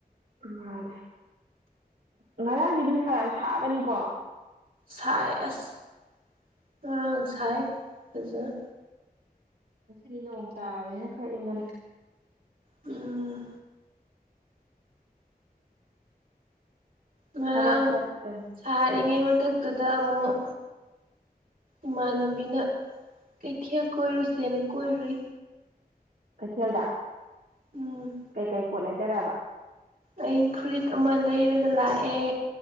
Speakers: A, on the right (about 75°); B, on the right (about 65°).
A: ꯃꯥꯅꯦ ꯉꯔꯥꯡꯗꯤ ꯅꯨꯡꯁꯥ ꯌꯥꯝ ꯁꯥꯕꯅꯤꯀꯣ
B: ꯁꯥꯏ ꯑꯁ ꯉꯥꯡꯔꯥꯡ ꯁꯥꯏ ꯐꯖꯅ
A: ꯉꯁꯤꯗꯤ ꯅꯣꯡ ꯇꯥꯕꯅꯤꯅ ꯈꯔ ꯏꯪꯒꯅꯤ
B: ꯎꯝ ꯉꯔꯥꯡ
A: ꯊꯕꯛ ꯆꯠꯇꯣꯏꯅꯤ
B: ꯁꯥꯔꯤꯉꯩ ꯃꯊꯛꯇꯨꯗ ꯑꯃꯨꯛ ꯏꯃꯥꯟꯅꯕꯤꯅ ꯀꯩꯊꯦꯜ ꯀꯣꯏꯔꯨꯁꯦꯅ ꯀꯣꯏꯔꯨꯏ
A: ꯀꯩꯊꯦꯜꯗ
B: ꯎꯝ
A: ꯀꯩꯀꯩ ꯄꯣꯠ ꯂꯩꯗꯔꯛꯑꯕ
B: ꯑꯩ ꯐꯨꯔꯤꯠ ꯑꯃ ꯂꯩꯔꯒ ꯂꯥꯛꯑꯦ